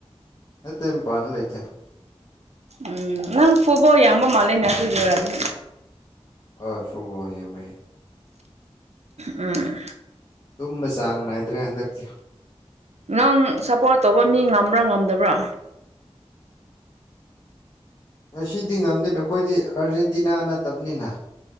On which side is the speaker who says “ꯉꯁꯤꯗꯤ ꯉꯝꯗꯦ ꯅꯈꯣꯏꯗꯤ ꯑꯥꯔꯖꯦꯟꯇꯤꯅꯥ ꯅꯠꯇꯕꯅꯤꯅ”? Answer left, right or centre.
Left